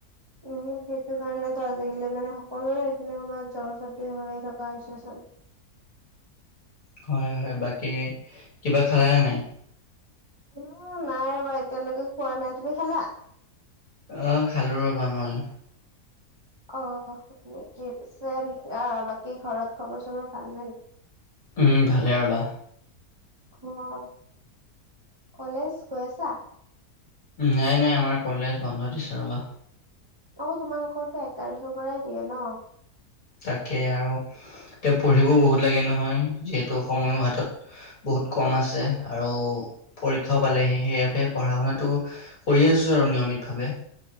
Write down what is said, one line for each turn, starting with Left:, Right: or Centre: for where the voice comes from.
Right: উম সেইটো কাৰণেতো আজিকালি মানে সকলোৰে এইখিনি সময়ত জ্বৰ-চৰ্দি হৈয়ে থকা হৈছে চোন।
Left: হয় হয় বাকী কিবা খালানে নাই?
Right: অ নাই ৰ'বা এতিয়ালৈকে খোৱা নাই। তুমি খালা?
Left: অ খালো ৰবা মই।
Right: অ নেকি পিছে অ বাকী ঘৰত খবৰ চবৰ ভাল নে?
Left: উম উ ভালে ৰবা।
Right: অ অ অ কলেজ গৈ আছা।
Left: নাই নাই আমাৰ কলেজ বন্ধ দিছে ৰ'বা।
Right: অ তোমালোকৰটো এক তাৰিখৰ পৰাই দিয়ে না।
Left: তাকে আৰু উ হু হু হু তেওঁ পঢ়িবও বহুত লাগে নহয় যিহেতু সময়ো হাতত আহ বহুত কম আছে আৰু পৰীক্ষাও পালেহি সেইবাবে পঢ়া শুনাটো উস্ কৰি আছোঁ আৰু নিয়মিতভাৱে।